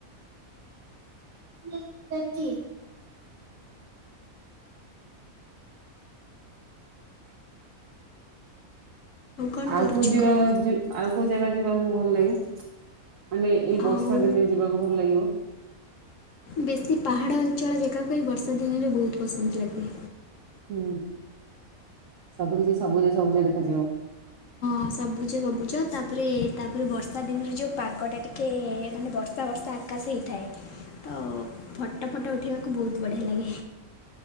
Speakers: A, on the right; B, on the left.
A: <inaudible>
B: କ'ଣ
A: ଆଉ
B: କରୁଛୁ
A: କୋଉ ଯିବା
B: କହ
A: ଆଉ କୋଉ ଜାଗା ଯିବାକୁ ଭଲ ଲାଗେ? ମାନେ ଏଇ ବର୍ଷା
B: ଆଉ
A: ଦିନେ ଯିବାକୁ ଭଲ ଲାଗିବ?
B: ବେଶୀ ପାହାଡ଼ ଅଞ୍ଚଳ ଜେଗା ପାଇଁ ବର୍ଷା ଦିନରେ ବହୁତ ପସନ୍ଦ ଲାଗେ।
A: ହୁଁ ସବୁ କିଛି ସବୁଜ ସବୁଜ ଦେଖାଯିବ।
B: ହଁ ସବୁଜ ସବୁଜ ତାପରେ ତାପରେ ବର୍ଷା ଦିନରେ ଯେଉ ପାଗଟା ଟିକେ ମାନେ ବର୍ଷା ବର୍ଷା ଆକାଶେ ହେଇଥାଏ। ତ ଫଟୋ ଫଟ ଉଠେଇବାକୁ ବହୁତ ବଢିଆ ଲାଗେ।